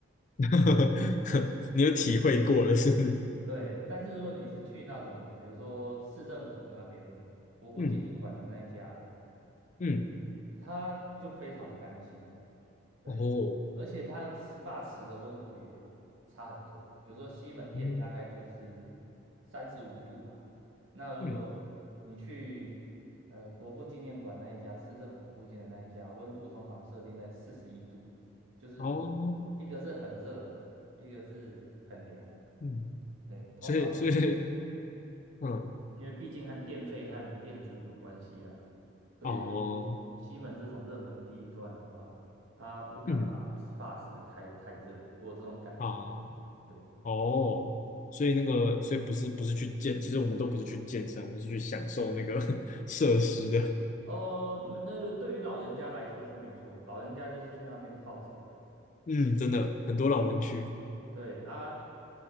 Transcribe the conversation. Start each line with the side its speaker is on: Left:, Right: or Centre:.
Left: <laughs> 你有体会过了，是不是？
Right: 对，但是如果你是去那种，比如说市政府那边国父纪念馆的那一家，
Left: <laughs> 嗯嗯，
Right: 它就非常的干净，对，
Left: 哦，
Right: 而且它 SPA 池的温度也差很多。比如说西门店大概就是
Left: 嗯
Right: 三十五度吧，那如果你去呃国父纪念馆那一家，
Left: 嗯，
Right: 市政府附近的那一家，温度通常设定在四十一度，就是
Left: 哦，
Right: 一个是很热，一个是很凉，
Left: 嗯，
Right: 对，通常
Left: 所以所以嗯，
Right: 因为毕竟和电费和电租有关系啊，所以如果西门这种热门地段的话，
Left: 哦，
Right: 他不敢把
Left: 嗯
Right: SPA 池开太热，我有这种感觉。
Left: 啊，
Right: 对，
Left: 哦，所以那个所以不是不是去健，其实我们都不是去健身，我们是去享受那个 <laughs> 设施的。
Right: 哦，那、那对于老人家来说是没错，老人家就是去那边泡澡的。
Left: 嗯，真的很多老人去。
Right: 对啊，